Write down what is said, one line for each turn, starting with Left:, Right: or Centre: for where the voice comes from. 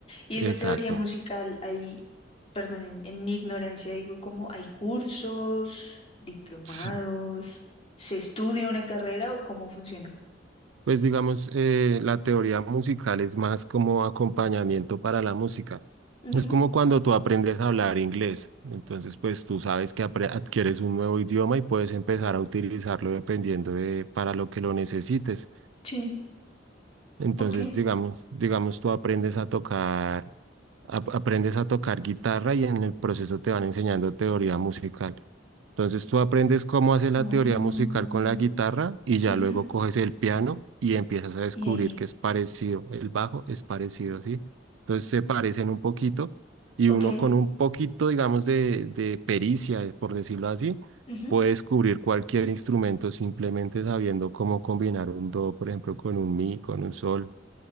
Left: Y esa
Right: Exacto,
Left: teoría musical, ahí, perdón, en, en mi ignorancia digo como hay cursos, diplomados,
Right: sí.
Left: ¿se estudia una carrera o cómo funciona?
Right: Pues digamos, eh, la teoría musical es más como acompañamiento para la música.
Left: Ujú,
Right: Es como cuando tú aprendes a hablar inglés. Entonces, pues tú sabes que apre- adquieres un nuevo idioma y puedes empezar a utilizarlo dependiendo de para lo que lo necesites.
Left: Sí,
Right: Entonces,
Left: ok.
Right: digamos, digamos, tú aprendes a tocar, ap- aprendes a tocar guitarra y en el proceso te van enseñando teoría musical. Entonces, tú aprendes cómo hacer la
Left: Oh,
Right: teoría musical con la guitarra y ya
Left: ujú,
Right: luego coges el piano y empiezas a descubrir
Left: Y ahí,
Right: que es parecido, el bajo es parecido, ¿sí? Entonces, se parecen un poquito y
Left: ok.
Right: uno con un poquito, digamos, de, de pericia, eh, por decirlo así,
Left: ujú,
Right: puede descubrir cualquier instrumento simplemente sabiendo cómo combinar un do, por ejemplo, con un mi, con un sol